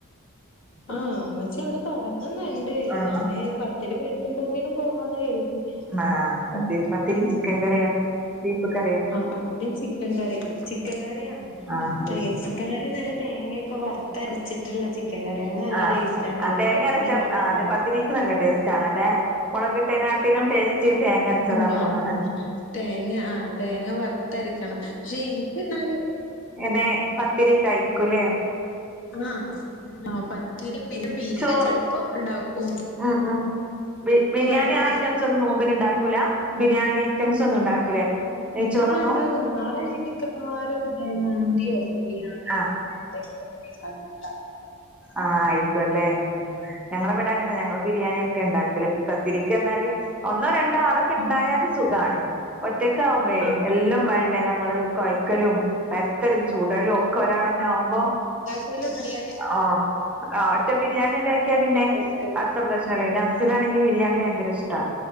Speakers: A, in the centre; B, on the left.
A: ഉം
B: ആഹ് ഉമ്മച്ചി അവിടെ തുടങ്ങുന്നുണ്ട്
A: ആ
B: ഞാന്
A: ആ
B: പത്തിരി പരത്തുമ്പൊക്കിനും പോവാന്ന് കരുതി
A: ആഹ് പത്തിരി
B: ഉം.
A: പത്തിരിം ചിക്കൻ കറിയാ ബീഫ് കറിയോ
B: ആഹ് പത്തിരീം ചിക്കൻകറീം ചിക്കൻ കറിയാണ്
A: ആ അത്
B: തേങ്ങാരച്ച്
A: ശ
B: ചിക്കൻകറി നല്ല തേങ്ങയൊക്കെ വറുത്തരച്ചിട്ടുള്ള ചിക് ക്കൻകറിയ അതിന് നല്ല
A: ആഹ്
B: ടേസ്റ്റാണല്ലേ
A: ആഹ്
B: തേങ്ങ
A: അരച്ച
B: വറുത്ത
A: ആ അതെ പത്തിരിക്ക് നല്ല ടേസ്റ്റ് ആണല്ലേ മുളകിട്ടേനാട്ടിലും ടേസ്റ്റ് തേങ്ങ അരച്ചതാ
B: <unintelligible>
A: തോന്നണെ
B: <unintelligible> തേങ്ങ ആഹ് തേങ്ങ വറുത്തരക്കണം പക്ഷെ ഇൻക്ക് എന്നാലും
A: എന്നേ പത്തിരിയൊക്കെ ആയിരിക്കുംല്ലേ
B: ആഹ് ആഹ് പത്തിരി പിന്നെ ബീഫ്
A: ചോ
B: ചെൽപ്പോ ഉണ്ടാക്കും
A: ഉം ഉം ബിരിയാണി
B: വരട്ടണം
A: ആ ഐറ്റംസൊന്നും നോമ്പിനുണ്ടാക്കൂല ബിരിയാണി ഐറ്റംസ് ഒന്നും ഉണ്ടാക്കൂലേ നെയ്ച്ചോറൊന്നും
B: ആഹ് ഉണ്ടാക്കും നാളെ ഇനി മിക്കവാറും മന്തിയോ ബിരിയാണിയോ
A: ആ
B: <inaudible>
A: ആഹ് ആയിരിക്കുവല്ലേ ഞങ്ങളെ ഇവിടെ അങ്ങനെയാ ഞങ്ങള് ബിരിയാണി ഒക്കെ ഉണ്ടാക്കല് പത്തിരിക്ക് പറഞ്ഞാല് ഒന്നോ രണ് ആളൊക്കെ
B: ഉം
A: ണ്ടായാലും സുഖാണ് ഒറ്റക്ക് ആവുമ്പയേ
B: ആഹ്
A: എല്ലാം വേണ്ടേ നമ്മള് കൊയ്ക്കലും പരത്തലും ചുടലും ഒക്കെ ഒരാളെന്നാവുമ്പൊ.
B: ട്ടീലൊന്നുല്ല.
A: ഓ ആഹ് ആ ഒറ്റ ബിര്യാണ്യാണ്ടാക്ക്യ പിന്നെ
B: ഉണ്ടാക്കുന്നത്.
A: അത്ര പ്രശ്നല്ല ന്റസ്‌ സ്നാണെങ്കി ബിര്യാണി ഭയങ്കര ഇഷ്ട